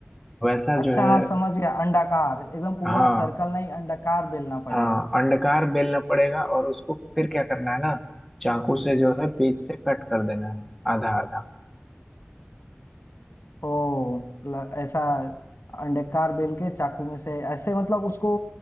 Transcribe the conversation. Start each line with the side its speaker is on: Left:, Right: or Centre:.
Centre: वैसा
Left: अच्छा
Centre: जो है
Left: हाँ समझ गया अंडाकार एकदम पूरा
Centre: हाँ
Left: सर्कल नहीं अंडाकार बेलना पड़ेगा
Centre: हाँ अंडाकार बेलना पड़ेगा और उसको फिर क्या करना है ना चाकू से जो है बीच से कट कर देना है आधा आधा
Left: ओ ल- ऐसा अंडाकार बेल के चाकू में से ऐसे मतलब उसको